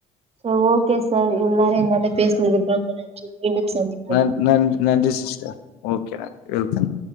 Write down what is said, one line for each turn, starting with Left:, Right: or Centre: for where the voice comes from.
Right: so okay sir இவ்வளோ நேர என்னான்ட பேசுனதுக்கு ரொம்ப நன்றி மீண்டும் சந்திப்
Left: நன் நன் நன்றி சிஸ்டர் ஓகே நன்றி வெல்கம்